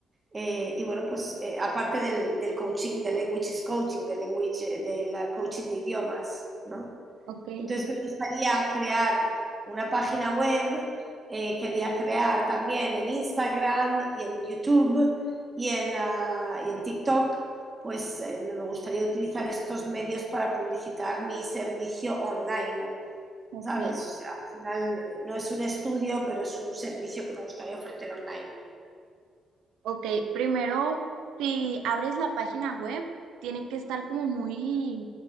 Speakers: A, on the right (about 25°); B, on the right (about 85°).
A: Eh, y bueno, pues eh, aparte del, del coaching, del language coaching, del language, eh, del coaching de idiomas, ¿no?
B: Ok,
A: Entonces me gustaría crear una página web, eh, quería crear también en Instagram y en YouTube y en, ah, y en TikTok, pues eh, me gustaría utilizar estos medios para publicitar mi servicio online,
B: ok.
A: ¿sabes? O sea, al final eh, no es un estudio, pero es un servicio que me gustaría ofrecer online.
B: Ok, primero, si abres la página web, tiene que estar como muy,